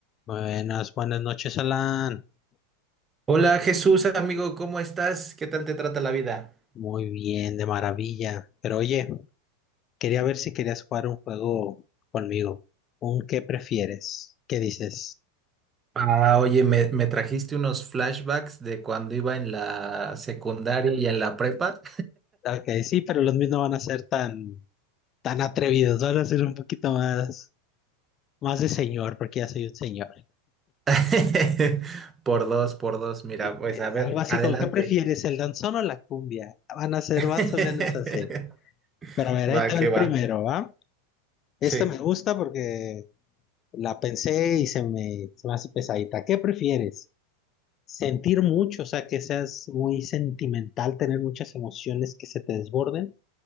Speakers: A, on the left; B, on the right.
A: Buenas, buenas noches, Alan.
B: Hola Jesús, amigo, ¿cómo estás? ¿Qué tal te trata la vida?
A: Muy bien, de maravilla. Pero oye, quería ver si querías jugar un juego conmigo. ¿Un qué prefieres? ¿Qué dices?
B: Ah, oye, me, me trajiste unos flashbacks de cuando iba en la secundaria y en la prepa.
A: Ok, sí, pero los míos no van a ser tan, tan atrevidos. Van a ser un poquito más, más de señor, porque ya soy un señor.
B: <laughs> Por dos, por dos, mira,
A: Sí,
B: pues
A: que-
B: a ver,
A: algo así
B: adelante.
A: como, ¿qué prefieres, el danzón o la cumbia? Van a ser
B: <laughs>
A: más o menos así. Pero a ver,
B: Va,
A: ahí está
B: que
A: el
B: va.
A: primero, ¿va? Este
B: Sí.
A: me gusta porque la pensé y se me, se me hace pesadita. ¿Qué prefieres? Sentir mucho, o sea, que seas muy sentimental, tener muchas emociones que se te desborden